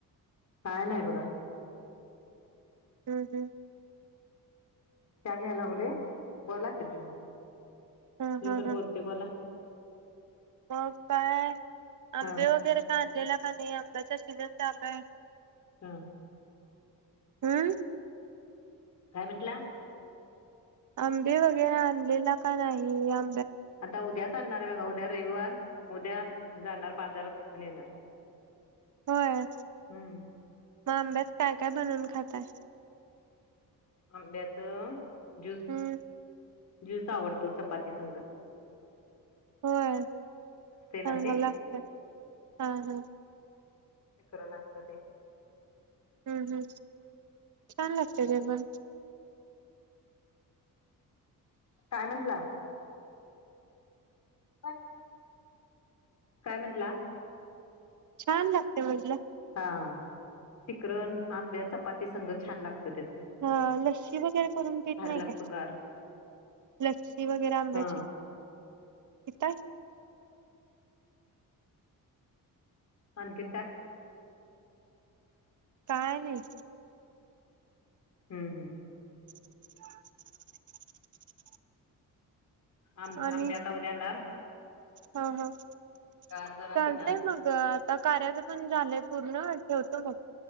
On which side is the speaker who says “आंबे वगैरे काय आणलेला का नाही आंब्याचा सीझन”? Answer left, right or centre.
Right